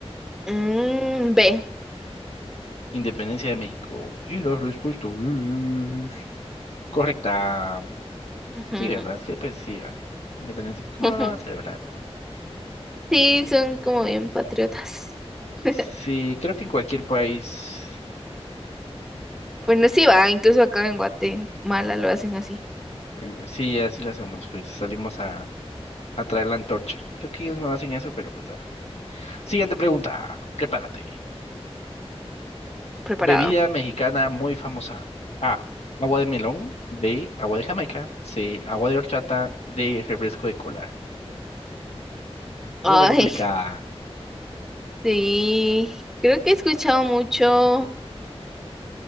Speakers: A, in the centre; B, on the left (about 75°).
A: Mm, B.
B: Independencia de México. Y la respuesta es correcta.
A: Ujú.
B: Sí, ¿verdad? Es que pues sí, va. Independencia. ¿Cómo
A: <laughs>
B: no lo van a celebrar?
A: Sí, son como bien patriotas. <laughs>
B: Sí, creo que en cualquier país,
A: Bueno, sí va, incluso acá en Guatemala lo hacen así,
B: eh, sí, así lo hacemos, pues salimos a, a traer la antorcha. Creo que ellos no hacen eso, pero pues... ah. Siguiente pregunta, prepárate.
A: preparado.
B: Bebida mexicana muy famosa. A, agua de melón. B, agua de Jamaica. C, agua de horchata. D, refresco de cola. Esta
A: Ay,
B: está complicada.
A: <laughs> sí. Creo que he escuchado mucho.